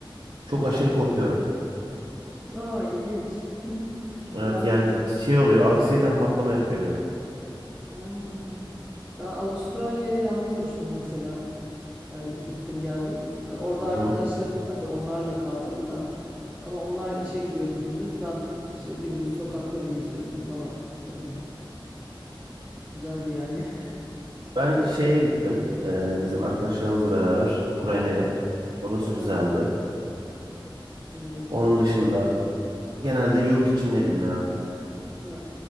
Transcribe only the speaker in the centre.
Aa,
aa ilginç.
Ben
Aa, ben Avustralya'ya yalnız uçtum mesela. Yani gittim geldim. E, Orada
arkadaşlarım vardı. Onlarla kaldım da. Ama onlar işe gidiyordu gündüz. Ben işte gündüz sokakları geziyordum falan böyle. Güzeldi yani. <laughs>
Ha,
evet.
Soğuk.
Ha,